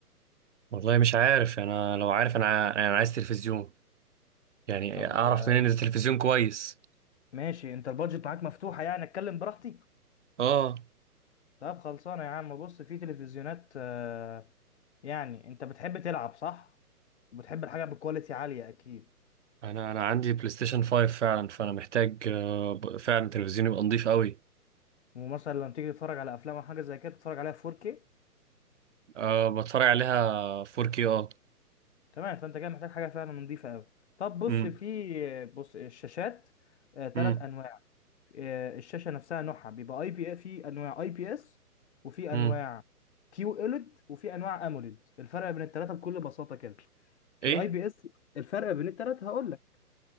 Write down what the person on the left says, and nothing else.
طب
آه،
إيه الب...
ماشي انت البادجت معاك مفتوحه يعني اتكلم براحتي
طب خلصانه يا عم بص في تلفزيونات آه، يعني انت بتحب تلعب صح وبتحب الحاجه بكواليتي عاليه اكيد
ومثلا لما تيجي تتفرج على افلام او حاجه زي كده تتفرج عليها 4K
تمام فانت كده محتاج حاجه فعلا نظيفه قوي طب بص
في آه، بص الشاشات ثلاث
انواع آه، الشاشه نفسها نوعها بيبقى اي بي في انواع اي بي اس وفي
انواع كيو اولد وفي انواع اموليد الفرق بين الثلاثه بكل بساطه كده
الاي بي اس الفرق بين الثلاثه هقول لك